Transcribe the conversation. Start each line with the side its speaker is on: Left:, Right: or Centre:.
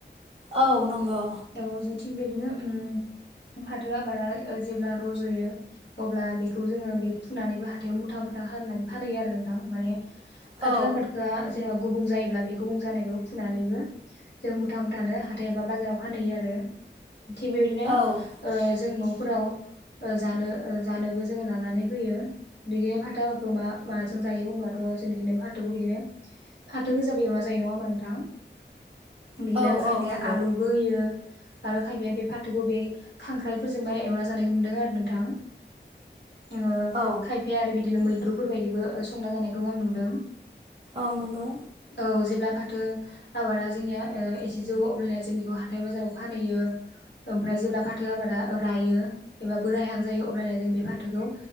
Right: औ नंगौ।
Left: औ जों थिग बिदिनो उम फाथो आबादा ओ जेब्ला रज'यो अब्ला बेखौ जोङो बे फुनानैबो हाथायाव मुथा बुथा खालामनानै। फानहैयो आरो नोंथां माने
Right: औ
Left: फाथो आबादखौ। आ जेराव गुबुं जायोब्ला बे गुबुं जानायखौ फुनानैबो जों मुथा मुथानो हाथाय एबा बाजाराव फानहैयो आरो थिग बेबायदिनो
Right: औ
Left: ओ जों न'फोराव ओ जानो जानोबो जोङो लानानै फैयो बिदिनो फाथाफोरखौ मा माबाजों जायो अब्लाथ' जों बिदिनो फाथोखौ बिदिनो फाथो गोजा एवना जायो नङा होमबा नोंथां। बिदिनो
Right: औ
Left: खायफाया
Right: औ नंगौ
Left: आलुबो होयो आरो खायफाया बे फाथो। बे खांख्राइफोरजोंबा एवना जानायखौ नुदों आरो नोंथां ओ
Right: औ
Left: खायफा आरो बिदिनो मैद्रुफोरबायदिबो संना जानायखौ आं नुदों।
Right: औ नंगौ।
Left: औ जेब्ला फाथो आबादा जोंनिया ओ एसे जौ अब्लानिया जों बेखौ हाथाय बाजाराव फानहैयो। ओमफ्राय जेब्ला फाथो आबादा रायो एबा बोरायहां जायो अब्लाना जों बे फाथोखौ